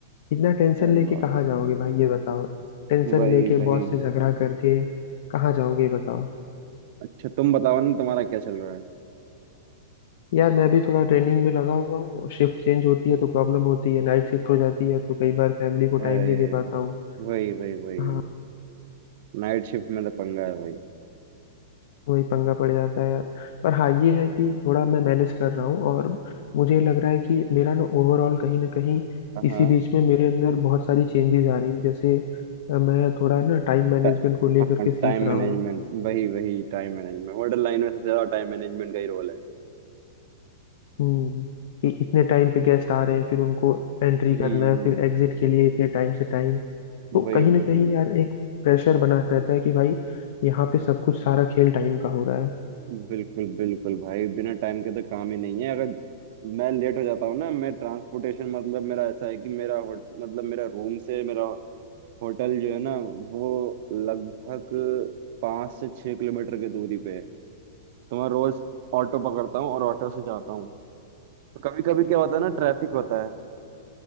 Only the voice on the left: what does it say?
इतना टेंशन
लेके
कहाँ
जाओगे भाई ये बताओ टेंशन
लेके
बॉस से झगड़ा करके कहाँ जाओगे ये बताओ
यार मैं भी थोड़ा ट्रेनिंग में लगा हुआ हूँ शिफ्ट चेंज होती है तो प्रॉब्लम होती है नाइट शिफ्ट हो जाती है तो कई बार फैमिली को
टाइम नहीं दे पाता हूँ
हाँ
वही पंगा पड़ जाता है यार पर हाँ ये है कि थोड़ा मैं मैनेज कर रहा हूँ और मुझे लग रहा है कि मेरा ना ओवरऑल कहीं ना कहीं
इसी बीच में मेरे अंदर बहुत सारी चेंजेस आ रही हैं जैसे अ, मैं थोड़ा ना टाइम मैनेजमेंट
को लेकर
के सीख
रहा
हूँ
हम्म कि इतने टाइम पे गेस्ट आ रहे हैं फिर उनको एंट्री
करना है फिर एग्जिट के लिए इतने टाइम से टाइम
तो कहीं
ना कहीं यार एक प्रेशर बना रहता है कि भाई यहाँ पे सब कुछ सारा खेल टाइम का हो रहा है